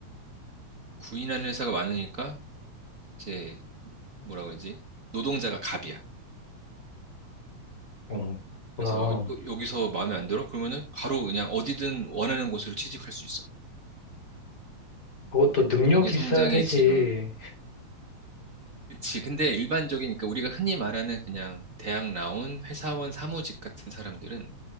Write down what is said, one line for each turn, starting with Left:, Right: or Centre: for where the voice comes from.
Right: 구인하는 회사가 많으니까 이제 뭐라 그러지? 노동자가 갑이야.
Left: 어, 그렇구나.
Right: 그래서 여, 기서 마음에 안 들어? 그러면은 바로 그냥 어디든 원하는 곳으로 취직할 수 있어.
Left: 그것도 능력이
Right: 경제 성장이
Left: 있어야 되지.
Right: 지금 그치. 근데 일반적인, 그러니까 우리가 흔히 말하는 그냥 대학 나온 회사원 사무직 같은 사람들은